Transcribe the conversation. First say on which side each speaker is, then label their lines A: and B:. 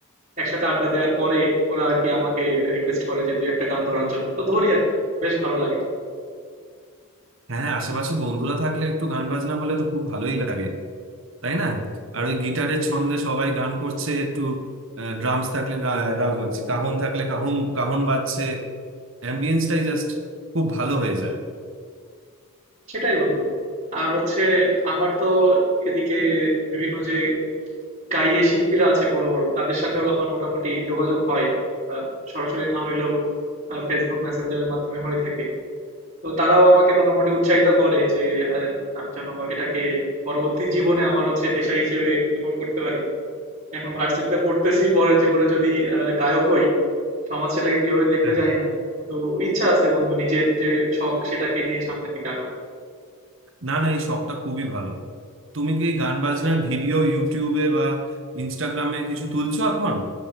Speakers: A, on the right; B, on the right.
A: একসাথে আড্ডা দেওয়ার পরে ওরা আর কি আমাকে রিকোয়েস্ট করে যে দুই একটা গান ধরার জন্য। তো ধরি আর কি। বেশ ভালো লাগে।
B: হ্যাঁ আশেপাশে বন্ধুরা থাকলে একটু গান বাজনা বলে তো খুব ভালোই লাগে তাই না আর ওই গিটারের ছন্দে সবাই গান করছে একটু ড্রামস থাকলে ড্রামস বাজছে কাহন থাকলে কাহন কাহন বাজছে অ্যাম্বিয়েন্সটাই জাস্ট খুব ভালো হয়ে যায়
A: সেটাই বন্ধু আর হচ্ছে আমার তো এদিকে বিভিন্ন যে গাইয়ে শিল্পীরা আছে বড় বড় তাদের সাথেও আমার মোটামুটি যোগাযোগ হয় আহ, সরাসরি না হইলেও ফেসবুক মেসেঞ্জারের মাধ্যমে হয়ে থাকে তো তারাও আমাকে মোটামুটি উৎসাহিত করে যে আহ, আমি যেন এটাকে পরবর্তী জীবনে আমার হচ্ছে পেশা হিসেবে গ্রহণ করতে পারি এখন ভার্সিটিতে পড়তেছি পরে জীবনে যদি আহ, গায়ক হই সমাজ সেটাকে কিভাবে দেখবে
B: হ্যাঁ
A: জানি না কিন্তু ইচ্ছা আছে বন্ধু নিজের যে শখ সেটাকে নিয়ে সামনের দিকে আগানো
B: না না এই শখটা খুবই ভালো তুমি কি এই গান বাজনার ভিডিও ইউটিউবে বা ইনস্টাগ্রামে কিছু তুলছো এখন